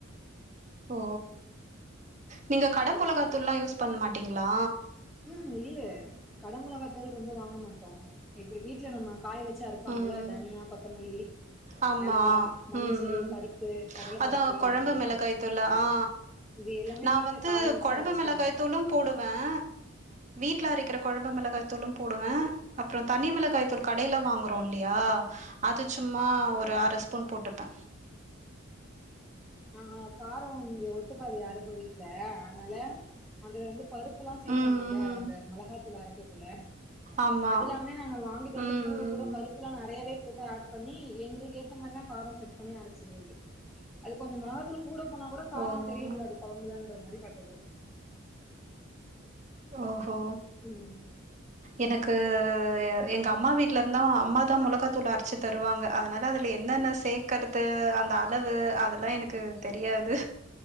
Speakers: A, on the right; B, in the centre.
A: ஓ நீங்க கட மொளகாத்தூள்லா யூஸ் பண்ண மாட்டிங்களா
B: ம் இல்ல கட மொளக்த்தூள் ரொம்ப வாங்க மாட்டோ இப்டி வீட்ல நம்ம காய வச்சி அரப்பாங்கல்ல
A: ம்
B: தனியா கொத்தமல்லி
A: ஆமா
B: மெளகா மஞ்சள்
A: ம் ம்
B: பருப்பு கடல பருப்பு
A: அதா கொழம்பு
B: எல்லா போட்டு
A: மெளகாய் தூளு ஆ ஆ
B: இது எல்லாமே
A: நா
B: வீட்ல
A: வந்து
B: காய வச்சு
A: கொழம்பு
B: அரச்சிட்டு
A: மெளகாய்த்தூளு
B: வரதுதா
A: போடுவே வீட்ல அரைக்கிற கொழம்பு மெளகாத்தூளு போடுவே அப்பறோ தனி மெளகாய் தூள் கடேல வாங்குறோ இல்லையா அது சும்மா ஒரு
B: ஆ
A: அர ஸ்பூன் போட்டுப்பே
B: ஆ காரோ இங்க ஒத்துக்காது யாருக்கு வீட்ல அதனால அது வந்து பருப்புல்லா சேப்பாங்கல்ல
A: ம் ம்
B: அந்த மொளகாத்தூள் அரைக்கக்குள்ள
A: ஆமா
B: அது எல்லாமே நாங்க வாங்கிட்டு வந்து
A: ம்
B: கூட கூட
A: ம்
B: பருப்பு எல்லா நெறையாவே போட்டு ஆட் பண்ணி எங்களுக்கு ஏத்த மாரிதா காரோ செட் பண்ணி அரச்சிக்கிறது அது கொஞ்சோ மொளகாத்தூள் கூட போனா கூட காரோ
A: ஓ
B: தெரியக் கூடாது கொழம்புலன்ற மாரி பாத்துக்குவோ
A: ஓஹோ
B: ம்
A: எனக்கு இது எங்க அம்மா வீட்ல இருந்தா அம்மா தா மொளகாத் தூள் அரச்சி தருவாங்க அதனால அதுல என்னென்ன சேக்கறது அந்த அளவு அதெல்லா எனக்கு தெரியாது